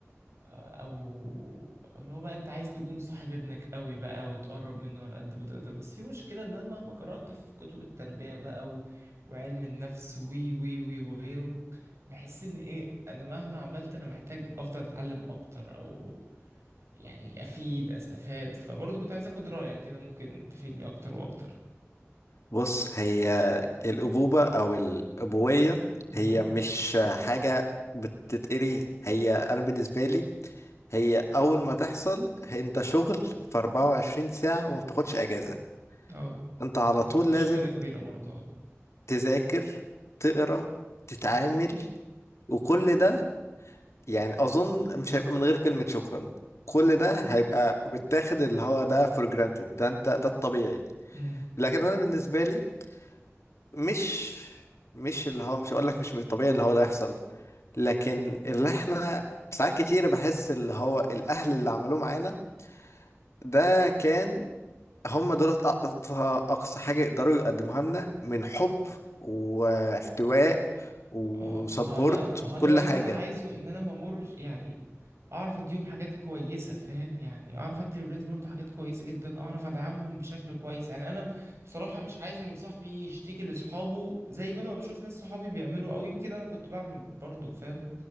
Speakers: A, on the right; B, on the left.
A: او أو اللي هو بقى انت عايز تكون صاحب ابنك قوي بقى وتقرب منه على قد ما تقدر بس في مشكلة ان انا مهما قرأت في كتب التربية بقى و... وعلم النفس وي وي وي وغيره بحس ان ايه انا مهما عملت انا محتاج افضل اتعلم اكتر او يعني افيد استفاد فبرضه كنت عايز اخد رأيك كده ممكن تفيدني اكتر واكتر
B: بص هي الأبوبة أو الأبوية
A: امم
B: هي مش حاجة بتتقري هي أنا بالنسبة لي هي أول ما تحصل أنت شغل في 24 ساعة وما بتاخدش أجازة
A: اه
B: أنت على
A: دي
B: طول
A: مشكلة
B: لازم
A: كبيرة برضه
B: تذاكر تقرا تتعامل وكل ده يعني أظن مش هيبقى من غير كلمة شكرا كل ده هيبقى بتاخد اللي هو ده فور جرانتد ده انت ده الطبيعي
A: اه
B: لكن انا بالنسبه لي مش مش اللي هو مش هقول لك مش من الطبيعي اللي هو ده يحصل لكن اللي احنا ساعات كتير بحس اللي هو الاهل اللي عملوه معانا ده كان هم دولت اقصى اقصى حاجة يقدروا يقدموها لنا من حب واحتواء وسبورت
A: اه ما هو انا ما هو
B: وكل
A: انا بقى اللي
B: حاجة
A: انا عايزه ان انا ما امرش يعني اعرف اديهم حاجات كويسه فاهم يعني اعرف ادي لاولادي برضو حاجات كويسه جدا اعرف ادعمهم بشكل كويس يعني انا بصراحه مش عايز ان صاحبي يشتكي لاصحابه زي ما انا بشوف ناس صحابي بيعملوا او يمكن انا كنت بعمل برضو فاهم